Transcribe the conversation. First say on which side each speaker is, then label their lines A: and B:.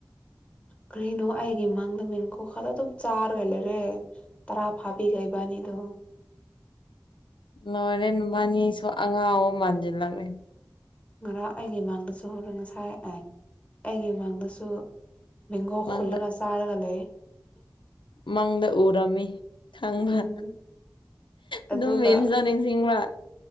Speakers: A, on the left; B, on the left.
A: ꯎꯝ
B: ꯀꯔꯤꯅꯣ ꯑꯩꯒꯤ ꯃꯥꯡꯗ ꯃꯦꯡꯒꯣ ꯈꯔ ꯑꯗꯨꯝ ꯆꯥꯔꯒ ꯂꯩꯔꯦ ꯇꯔꯥ ꯐꯥꯕꯤꯈꯩꯕꯅꯤꯅ ꯗꯣ
A: ꯂꯣꯏꯔꯦꯟ ꯅꯨ ꯃꯥꯅꯤꯁꯨ ꯑꯉꯥꯡ ꯑꯣ ꯃꯥꯟꯁꯤꯜꯂꯛꯂꯦ
B: ꯉꯔꯥꯡ ꯑꯩꯒꯤ ꯃꯃꯥꯡꯗꯁꯨ ꯍꯔ ꯉꯁꯥꯏꯑ ꯑꯩꯒꯤ ꯃꯥꯡꯗꯁꯨ ꯃꯒꯣ
A: ꯃꯪꯗ
B: ꯐꯨꯂꯒ ꯆꯔꯒ ꯂꯩꯦ
A: ꯃꯪꯗ ꯎꯔꯝꯃꯤ ꯈꯪꯕ꯭ꯔꯥ
B: ꯎꯝ
A: ꯑꯗꯨꯝ
B: ꯑꯗꯨꯒ
A: ꯃꯦꯝꯁꯤꯗ ꯅꯤꯡꯁꯤꯡꯕ꯭ꯔ